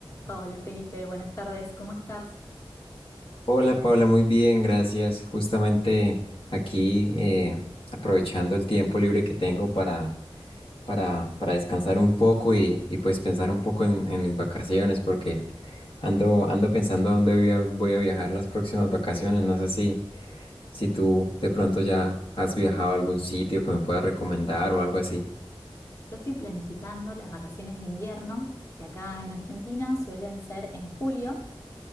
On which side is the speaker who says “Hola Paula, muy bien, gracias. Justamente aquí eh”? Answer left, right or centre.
Left